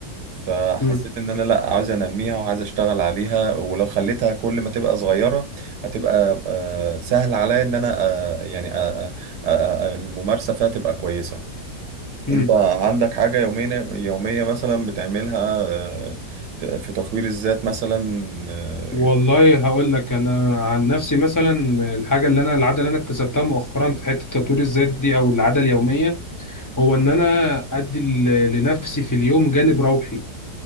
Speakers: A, on the right; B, on the left.
A: فحسيت
B: مم،
A: ان انا لا عايز انميها وعايز اشتغل عليها ولو خليتها كل ما تبقى صغيره هتبقى آه، سهل عليا ان انا آه، يعني آه، آه، آه، آه، آه، الممارسه فيها تبقى كويسه
B: مم.
A: انت عندك حاجه يوميه يوميه مثلا بتعملها آه، في في تطوير الذات مثلا آه،
B: والله هقول لك انا عن نفسي مثلا الحاجه اللي انا العاده اللي انا اكتسبتها مؤخرا في حته تطوير الذات دي او العاده اليوميه هو ان انا ادي ل- لنفسي في اليوم جانب روحي